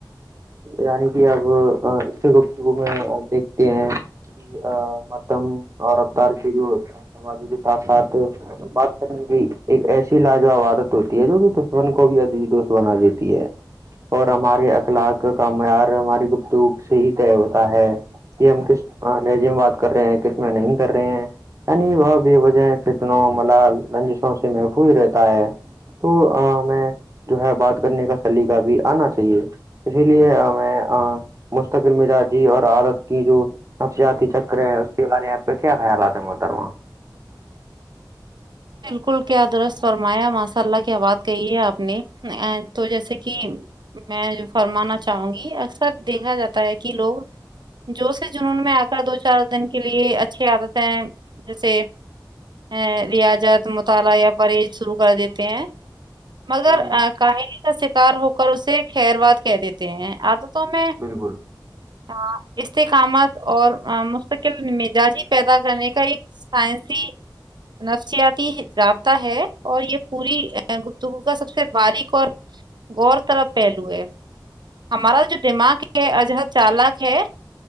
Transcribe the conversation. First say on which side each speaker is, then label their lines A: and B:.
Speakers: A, on the right; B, on the right.
A: یعنی کی اب اسی گفتگو میں دیکھتے ہیں ا مدم اور اوتار کے جو سمجی کے ساتھ ساتھ ب میں بھی ایک ایسی لاجوب عادت ہوتی ہے جو کہ دشمن کو بھی عزیز دوست بنا دیتی ہے اور ہمارے اخلاق کا معیار ہماری گفتوگ سے ہی طے ہوتا ہے کہ ہم کس لہجے میں بات کر رہے ہیں کس میں نہیں کر رہے ہیں عنی هوو بیواجے کتنوں ملال رنجسوں سے محفوظ ہی رہتا ہے تو ہمیں جو ہے بات کرنے کا سلیقہ بھی آنا چاہیے اسی لیے میں مستقل مزاجی اور عادت کی جو نفسیاتی چکرے ہے اس کے بارے میں آپ کا کیا خیال آتے ہے محترماں
B: بالکل کیا درست فرمایا ماشاء اللہ کیا بات کہی ہے آپ نے تو جیسے کہ میں جو فرمانا چاہوں گی اکثر دیکھا جاتا ہے کی لوگ جو سے جنون میں آ کر دو چار دن کے لیے اچھی عادت ہیں جیسے اےے ریاض جد مطالعہ یا پرہیز شروع کر دیتے ہیں مگر
A: جی
B: آ کاہلی کا شکار ہو کر اسے خیر واد کہ دیتے ہیں عادتوں میں
A: بالکل
B: آں استحکامات اور آ مستقل مزاجی پیدا کرنے کا ایک سائنسی نفسیات تی رابطہ ہے اور یہ پوری گپتگو کا سب سے باریک اور غور طرف پہلو ہے ہمارا جو دماغ کے اجہا چالاک ہے